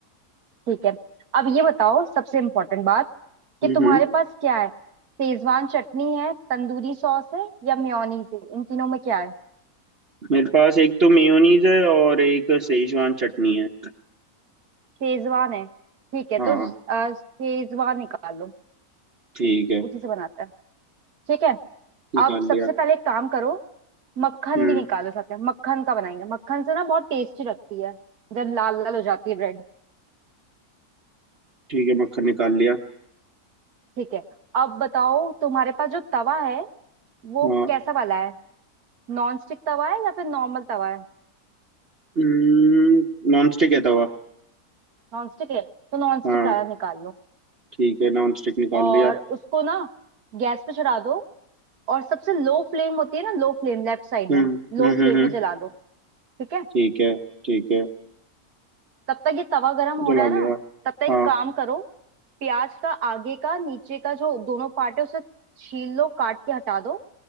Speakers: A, on the right (about 75°); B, on the right (about 40°).
A: ठीक है अब ये बताओ सबसे इम्पोर्टेंट बात कि
B: हम्म
A: तुम्हारे
B: हम्म
A: पास क्या है शेजवान चटनी है तंदूरी सॉस है या मेयोनीज है इन तीनों में क्या है
B: मेरे पास एक तो मेयोनीज है और एक सेजवान चटनी है
A: शेजवान है ठीक है
B: हाँ
A: तो अ, शेजवान निकालो
B: ठीक है
A: उसी से बनाते हैं ठीक है
B: निकाल
A: अब सबसे
B: लिया
A: पहले एक काम करो मक्खन
B: हम्म
A: भी निकालो साथ में मक्खन का बनाएंगे मक्खन से ना बहुत टेस्टी लगती है जब लाल लाल हो जाती है ब्रेड
B: ठीक है मक्खन निकाल लिया
A: ठीक है अब बताओ तुम्हारे पास जो तवा है वो
B: हाँ
A: कैसा वाला है नॉन स्टिक तवा है या फिर नॉर्मल तवा है
B: हम्म नॉन स्टिक है तवा
A: नॉन स्टिक है तो नॉन
B: हाँ
A: स्टिक वाला निकाल लो
B: ठीक है नॉन स्टिक निकाल
A: और
B: लिया
A: उसको ना गैस पे चढ़ा दो और सबसे लो फ्लेम होती है ना लो फ्लेम लेफ्ट साइड
B: हम्म
A: में लो
B: हम्म
A: फ्लेम
B: हम्म हम्म,
A: में जला दो ठीक है
B: ठीक है ठीक है
A: तब तक ये तवा गरम हो
B: जला
A: रहा है ना
B: लिया
A: तब तक एक
B: हाँ
A: काम करो प्याज का आगे का नीचे का जो दोनों पार्ट है उसे छील लो काट के हटा दो